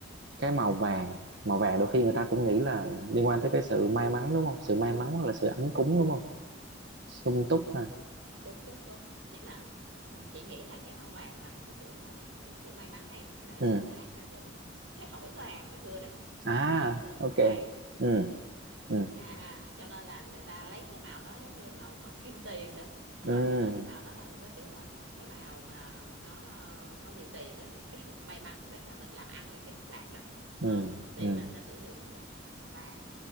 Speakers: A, on the right; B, on the right.
A: cái màu vàng màu vàng đôi khi người ta cũng nghĩ là liên quan tới cái sự may mắn đúng không sự may mắn là sự ấm cúng đúng không sung túc ha
B: đúng đúng đúng nhưng mà ừ, chị nghĩ là cái màu vàng mà thuộc cái kiểu mà thuộc cái kiểu may mắn em là nó
A: ừ
B: xuất phát ra từ cái thỏi vàng hồi xưa đó cái
A: à
B: thỏi vàng hồi xưa là màu
A: ok
B: vàng
A: ừ ừ
B: à à, cho nên là người ta lấy cái màu đó giống như là màu màu kim tiền đó Ờ,
A: ừ
B: cho nên cái màu đó là thuộc cái kiểu là cái màu mà có có nhiều tiền đó, thuộc kiểu <laughs> may mắn để mà mình làm ăn này kia phát đạt đó
A: ừ
B: Ờ, tiền
A: ừ
B: là ta sử dụng màu vàng